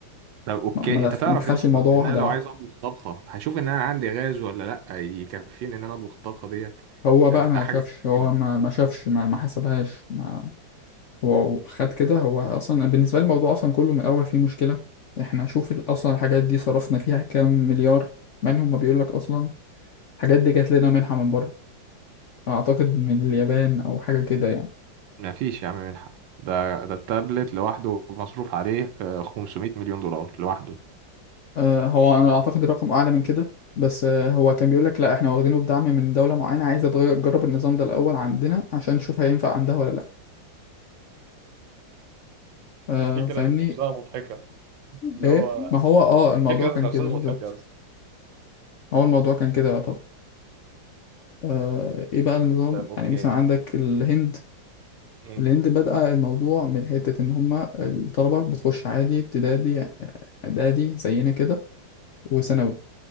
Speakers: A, on the right; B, on the left.
A: طب اوكي
B: ما ما
A: انت
B: دخ-
A: تعرف
B: ما دخلش
A: يا اسطى
B: الموضوع واحدة
A: ان انا لو
B: واحدة
A: عايز اطبخ طبخه هشوف ان انا عندي غاز ولا لا يكفيني ان انا اطبخ الطبخه ديت
B: هو بقى
A: ده,
B: ما
A: ده حاجه
B: شافش
A: مستحيل
B: هو
A: جدا
B: ما ما شافش ما, ما حسبهاش ما هو خد كده هو أصلا بالنسبة لي الموضوع أصلا كله من الأول فيه مشكلة إحنا شوف ال- أصلا الحاجات دي صرفنا فيها كام مليار منهم ما بيقولك أصلا الحاجات دي جات لنا منحة من بره أعتقد من اليابان أو حاجة كده يعني
A: ما فيش يا عم منحه ده ده التابلت لوحده مصروف عليه آه، 500 مليون دولار لوحده
B: أه هو أنا أعتقد الرقم أعلى من كده بس آه، هو كان بيقولك لا إحنا واخدينه بدعم من دولة معينة عايزة تغير تجرب النظام ده الأول عندنا عشان نشوف هينفع عندها ولا لأ آه
A: الفكرة
B: فاهمني
A: ذات نفسها مضحكة اللي
B: ايه
A: هو
B: ما هو <laughs> اه
A: الفكرة
B: الموضوع كان
A: ذات نفسها
B: كده
A: مضحكة
B: بالظبط
A: يا اسطى.
B: هو الموضوع كان كده طب آه ايه بقى النظام
A: طب اوكي
B: يعني مثلا عندك الهند
A: مم.
B: الهند بدأ الموضوع من حتة ان هما الطلبة بتخش عادي ابتدائي آه، اعدادي زينا كده وثانوي
A: مم.